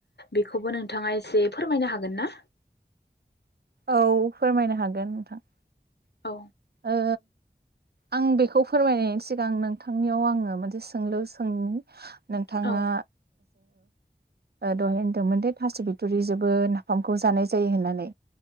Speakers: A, on the left; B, on the right.
A: बेखौबो नोंथाङा एसे फोरमायनो हागोन ना?
B: औ फोरमायनो हागोन नोंथां।
A: औ।
B: ओ आं बेखौ फोरमायनायनि सिगां नोंथांनियाव आङो मोनसे सोंलु सोंनि । नोंथाङा
A: औ
B: दहाय होनदोंमोन दे थास बिथरि जोबोर नाफाम खौ जानाय जायो होननानै